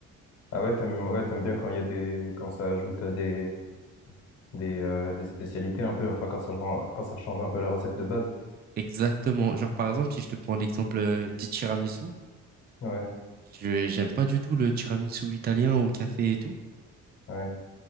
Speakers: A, on the left (about 55°); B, on the right (about 30°).
A: Ah ouais, t'aimes, ouais, t'aimes bien quand il y a des, quand ça ajoute euh, des, des, euh, des spécialités un peu. Enfin, quand ça, change- quand ça change un peu la recette de base.
B: Exactement. Genre par exemple, si je te prends l'exemple euh, du tiramisu,
A: Ouais,
B: je j'aime pas du tout le tiramisu italien au café et tout.
A: ouais.